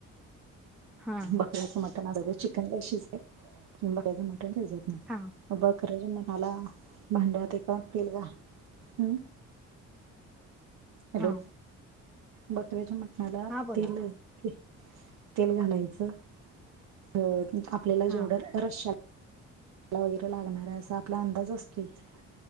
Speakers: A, in the centre; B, on the right (about 90°).
A: हा
B: बकऱ्याच मटन अगोदर चिकन काय शिजतंय बकऱ्याच मटण शिजत नाही.
A: का
B: बकऱ्याच्या म्हणाला भांड्यात एका तेल घाल हम्म. हॅलो
A: हा
B: बकऱ्याच्या मटणाला
A: हा बोला
B: तेल ते तेल घालायचं अ आपल्याला
A: हा
B: जेवढं रशा ला वगैरे आहे लागणार असा आपला अंदाज असतोयच